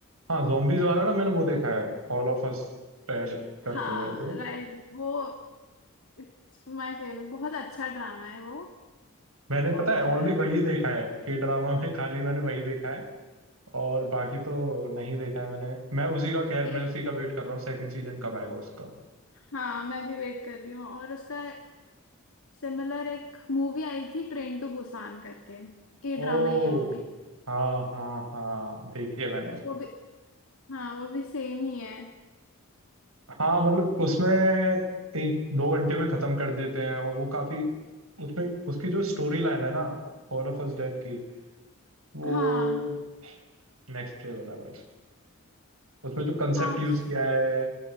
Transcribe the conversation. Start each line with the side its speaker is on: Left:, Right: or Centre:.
Right: हाँ जॉम्बीज वाला ना मैंने वो देखा है ऑल ऑफ अस डेड करके
Left: हाँ
Right: है जो
Left: राइट वो इट्स माय फेवरेट बहुत अच्छा ड्रामा है वो
Right: मैंने
Left: और
Right: पता है ओनली वही देखा है के ड्रामा में खाली मैंने वही देखा है और बाकी तो नहीं देखा है मैंने मैं उसी का खैर
Left: एक
Right: मैं उसी का वेट कर रहा हूँ सेकंड सीजन कब आएगा उसका
Left: हाँ मैं भी वेट कर रही हूँ और उसका सिमिलर एक मूवी आई थी ट्रेन टू बुसान करके के
Right: ओ
Left: ड्रामा ही है वो भी
Right: हाँ हाँ हाँ देखी है मैंने
Left: वो भी हाँ वो भी सेम ही है
Right: हाँ मतलब उसमें एक दो घंटे में खत्म कर देते हैं और वो काफी उसमें उसकी जो स्टोरी लाइन है ना ऑल ऑफ अस डेड की वो
Left: हाँ
Right: नेक्स्ट लेवल है भाई उसमें जो कंसेप्ट
Left: हाँ
Right: यूज
Left: उस
Right: किया है